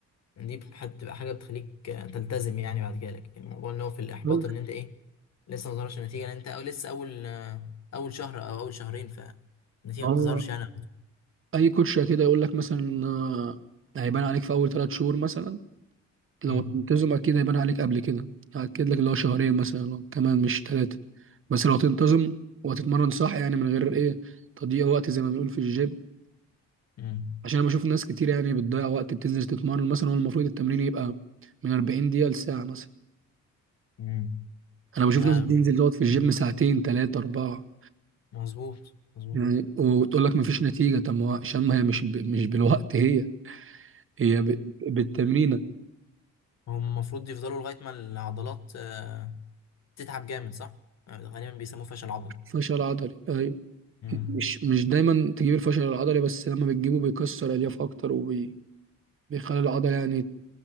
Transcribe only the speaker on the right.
بل-
ما
هو
اي كوتش كده يقول لك مثلا آه، هيبان عليك في اول ثلاث شهور مثلا لو
تنتظم اكيد هيبان عليك قبل كده هأكد لك اللي هو شهرين مثلا لو كمان مش ثلاثة بس لو تنتظم وهتتمرن صح يعني من غير ايه تضييع وقت زي ما بنقول في الجيم
عشان انا بشوف ناس كتير يعني بتضيع وقت بتنزل تتمرن مثلا هو المفروض التمرين يبقى من 40 دقيقة لساعة مثلا
انا بشوف
ناس بتنزل تقعد في الجيم ساعتين ثلاثة أربعة
يعني وتقول لك مفيش نتيجة طب ما هو عشان ما هي مش ب... مش بالوقت هي هي ب... بالتمرينة
فشل عضلي أيوة
مش مش دايما تجيب الفشل العضلي بس لما بتجيبه بيكسر الياف اكتر وبيخلي العضله يعني